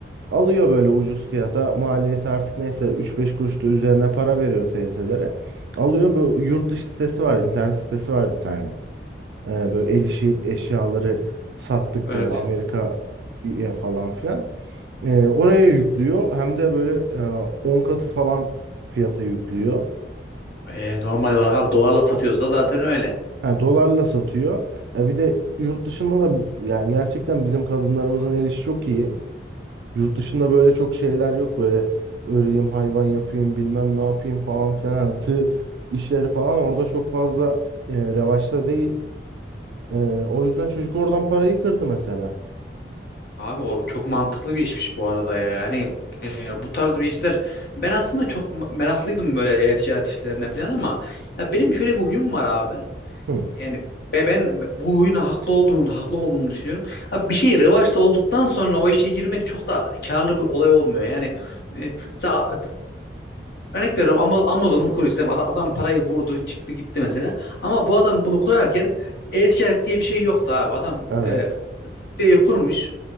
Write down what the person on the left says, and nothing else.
Evet.
Ee, normal olarak abi dolarla satıyorsa zaten öyle.
Abi o çok mantıklı bir işmiş bu arada ya. Yani e, bu tarz bir işler ben aslında çok meraklıydım böyle e-ticaret işlerine falan ama ya benim şöyle bir huyum var abi.
yani be- ben bu oyuna haklı olduğunu haklı olduğumu düşünüyorum. Abi bir şey revaçta olduktan sonra o işe girmek çok da karlı bir olay olmuyor. Yani e, mesela Örnek veriyorum Ama- Amazon'un kurucusu. değil Adam, adam parayı vurdu çıktı gitti mesela. Ama bu adam bunu kurarken e-ticaret diye bir şey yoktu abi. Adam
e, siteyi kurmuş.